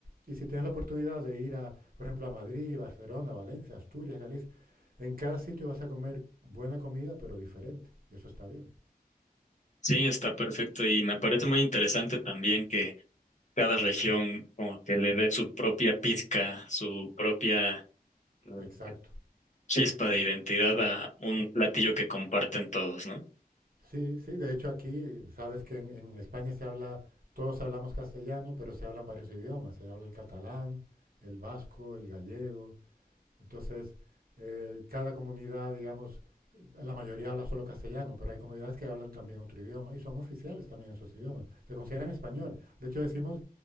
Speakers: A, on the right; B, on the left.
A: y si tienes la oportunidad de ir a, por ejemplo, a Madrid, Barcelona, Valencia, Asturias, Galicia, en cada sitio vas a comer buena comida, pero diferente. Y eso está bien.
B: Sí, está perfecto y me parece muy interesante también que cada región como que le dé su propia pizca, su propia mm,
A: Exacto.
B: chispa de identidad a un platillo que comparten todos, ¿no?
A: Sí, sí, de hecho aquí, sabes que en, en España se habla, todos hablamos castellano, pero se hablan varios idiomas, se habla el catalán, el vasco, el gallego, entonces eh, cada comunidad, digamos, la mayoría habla solo castellano, pero hay comunidades que hablan también otro idioma y son oficiales también esos idiomas, se consideran español, de hecho decimos